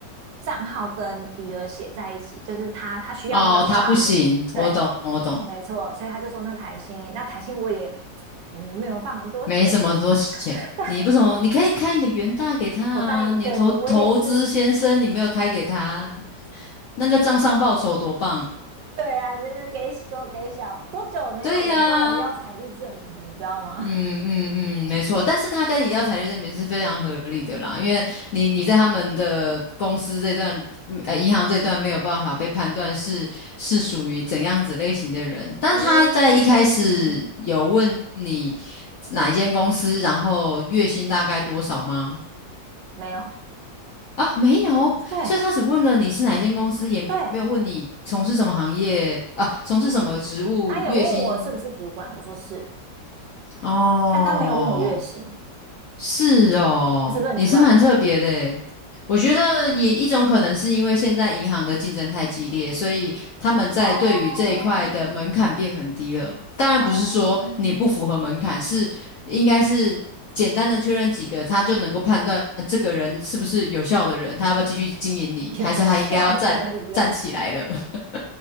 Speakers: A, on the right; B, on the left.
A: 账号跟余额写在一起，就是他他需要那个画面，
B: 哦，他不行，我懂，
A: 对，
B: 我懂，
A: 没错，所以他就说那台新，那台新我也我也没有放很多钱啊，
B: 没什么多钱。
A: <laughs> 对
B: 你不什么？你可以开你的元大给他啊，
A: 我刚也对我我也是，
B: 你的投投资先生，你没有开给他啊，那个账上报酬多棒！
A: 对啊，你这边给给我给小多久没有人跟我要财力证明了，
B: 对呀、
A: 你知道吗？
B: 嗯嗯嗯，没错，但是他跟你要财力证明是非常合理的啦，因为你你在他们的公司这段，嗯呃，银行这段没有办法被判断是是属于怎样子类型的人，但他在一开始有问你
A: 嗯，
B: 哪一间公司，然后月薪大概多少吗？
A: 没有，
B: 啊，没有，
A: 对
B: 所以他只问了你是哪一间公司，也没有问你从事什么行业啊，
A: 对，
B: 从事什么职务，
A: 他也问我是不是主管，
B: 月薪
A: 我说是，
B: 哦。
A: 但他没有问我月薪，
B: 是哦，
A: 是不是很奇怪？
B: 也是蛮特别的诶。我觉得也一种可能是因为现在银行的竞争太激烈，所以他们在对于这一块的门槛变很低了。
A: 哦
B: 当然不是说你不符合门槛，
A: 哦，
B: 是应该是简单的确认几个，他就能够判断呃这个人是不是有效的人，他要不要继续经营你，
A: <laughs> 有效的人
B: 还是他应该要站站起来了。<laughs>